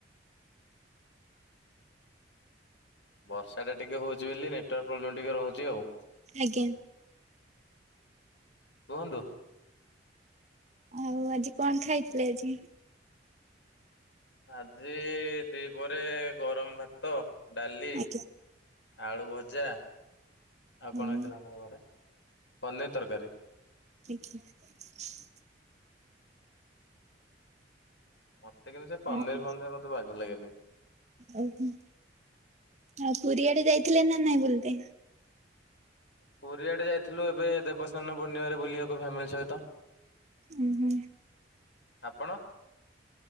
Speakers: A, on the left (about 70°); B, on the right (about 35°).
A: ବର୍ଷାଟା ଟିକେ ହଉଛି ବୋଲି ନେଟୱାର୍କ ପ୍ରୋବ୍ଲେମ୍ ଟିକେ ରହୁଛି ଆଉ
B: ଆଜ୍ଞା
A: କୁହନ୍ତୁ।
B: ଆଉ ଆଜି କଣ ଖାଇଥିଲେ ଆଜି?
A: ଆଜି ଦି ପହରେ ଗରମ ଭାତ, ଡାଲି
B: ଆଜ୍ଞା
A: ଆଳୁ ଭଜା ଆଉ
B: ହୁଁ
A: କଣ ହେଇଥିଲା ଆମର ଘରେ ପନିର ତରକାରୀ।
B: <unintelligible>
A: ମତେ କିନ୍ତୁ ସେ ପନିର
B: ଆଉ
A: ଫନିର ମତେ ବାଗ ଲାଗେନି।
B: ଓହୋ ଆଉ ପୁରୀଆଡେ ଯାଇଥିଲେ ନା ନାଇଁ ବୁଲିତେ?
A: ପୁରୀଆଡେ ଯାଇଥିଲୁ ଏବେ ଦେବସ୍ଥାନ ପୂର୍ଣ୍ଣିମାରେ ବୁଲିବାକୁ ଫ୍ୟାମିଲି ସହିତ।
B: ଓହୋ
A: ଆପଣ?